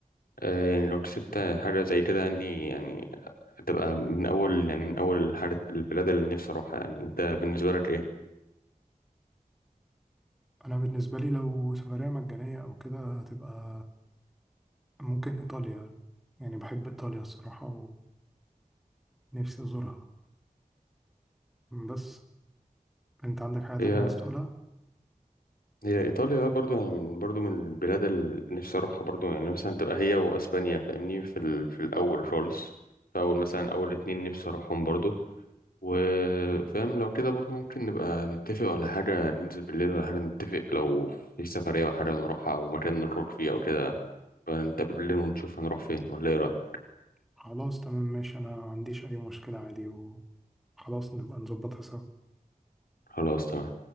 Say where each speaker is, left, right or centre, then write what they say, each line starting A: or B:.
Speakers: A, on the left (about 85°); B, in the centre.
A: آه، يعني لو كسبت حاجة زي كده يعني يعني تبقى من اول يعني من اول الحاجة البلاد اللي نفسي اروحها يعني انت بالنسبة لك ايه
B: أنا بالنسبة لي لو سفرية مجانية أو كده هتبقى ممكن إيطاليا يعني بحب إيطاليا الصراحة ونفسي أزورها بس أنت عندك حاجة تانية
A: هي
B: عايز تقولها؟
A: هي ايطاليا آه، برضو يعني من برضو من البلاد اللي نفسي اروحها برضو يعني مثلا تبقى هي واسبانيا فاهمني في ال- في الاول خالص فاول مثلا اول اتنين نفسي اروحهم برضو وفاهم لو كده برضو ممكن نبقى نتفق ولا حاجة ننزل بالليل ولا حاجة نتفق لو في سفرية ولا حاجة نروحها أو مكان نخرج فيه أو كده فنتقابل بالليل ونشوف هنروح فين ولا إيه رأيك؟
B: خلاص تمام ماشي أنا ما عنديش أي مشكلة عادي وخلاص نبقى نظبطها سوا
A: خلاص تمام